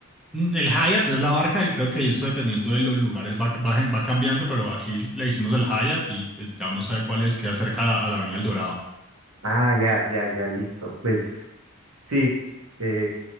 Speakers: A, in the centre; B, on the right.
A: Mm, El Hyatt es la marca y creo que eso dependiendo de los lugares va, va, va cambiando, pero aquí le hicimos el Hyatt y pues ya uno sabe cuál es, queda cerca a, a la Avenida El Dorado.
B: Ah, ya, ya, ya, listo. Pues sí, eh,